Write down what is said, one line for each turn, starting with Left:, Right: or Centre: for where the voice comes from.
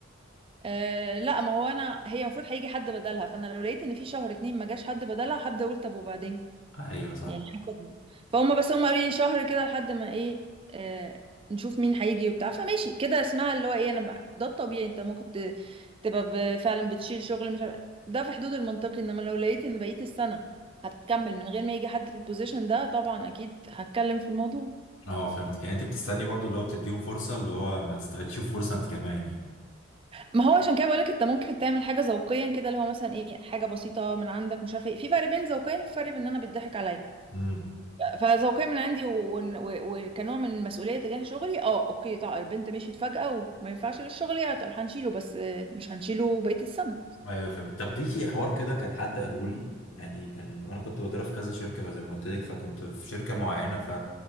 Right: أه لا ما هو انا هي المفروض هيجي حد بدلها فانا لو لقيت ان في شهر اتنين ما جاش حد بدلها هبدا اقول طب وبعدين
Left: ايوه صح
Right: يعني هاخدهم فهم بس هم قالوا لي شهر كده لحد ما ايه أه نشوف مين هيجي وبتاع فماشي كده اسمها اللي هو ايه انا بقى ده الطبيعي انت ممكن ت- تبقى ب- فعلا بتشيل شغل مش عارف ده في حدود المنطقي انما لو لقيت ان بقيت السنه هتكمل من غير ما يجي حد في البوزيشن ده طبعا اكيد هتكلم في الموضوع
Left: اه فهمتك يعني انت بتستني برضو اللي هو بتديهم فرصه اللي هو ما تستغلش الفرصه انت كمان يعني
Right: ما هو عشان كده بقولك انت ممكن تعمل حاجه ذوقيا كده اللي هو مثلا ايه حاجه بسيطه من عندك مش عارفه ايه في فرق بين ذوقيا في فرق بين ان انا بيضحك عليا
Left: امم
Right: فذوقيا من عندي و- و- وكنوع من مسؤوليه تجاه شغلي اه اوكي طبعا البنت مشيت فجاه وما ينفعش للشغل يعطل هنشيله بس آه، مش هنشيله بقيه السنه
Left: ايوه فهمت طب في حوار كده كان حد قاله لي يعني كان وانا كنت بدرب في كذا شركه زي ما قلت لك فكنت في شركه معينه ف...